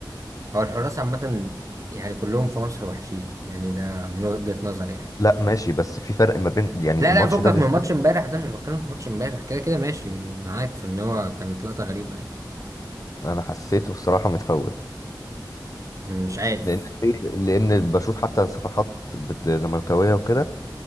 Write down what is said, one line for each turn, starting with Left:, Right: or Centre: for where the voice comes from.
Right: هو الحراس عامة يعني كلهم في مصر وحشين يعني ده من وجهة نظري يعني
Left: لا ماشي بس في فرق ما بين يعني
Right: لا
Left: الماتش
Right: لا فكك
Left: ده بالذات
Right: من ماتش امبارح ده مش بتكلم في ماتش امبارح كده كده ماشي معاك في ان هو كانت لقطة غريبة يعني
Left: انا حسيته الصراحه متفوت
Right: مش عارف
Left: لان في لان بشوف حتى صفحات بت- زملكاويه وكده